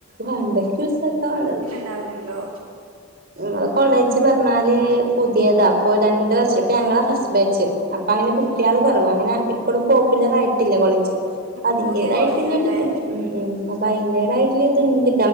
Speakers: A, on the right (about 45°); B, on the right (about 80°).
A: വാണ്ടോൽക്ക് യൂസാക്കാവേണ്ടത്
B: ണ്ടാവല്ഇണ്ടോ?
A: ങ്ങളെ കോളേജ്പറഞ്ഞാല് പുതിയതാ ഇപ്പോരണ്ട് വർഷം ഇപ്പഞങ്ങള ഫസ്സ്ബേച്ച്. അപ്പങ്ങനെ കുട്ടികള്
B: ഉം
A: കൊറവാ അങ്ങനെഇപ്പളും പോപ്പുലെർആയിട്ടില്ല കോളേജ്
B: ഉം
A: അതിന്റേതായിട്ടുള്ളരിത്ണ്ട്
B: പുതിയ കോളേജാണല്ലേ
A: ഉം, ഉം അപ്പയ്ന്റേതായിട്ടുള്ളഇത്ണ്ട്.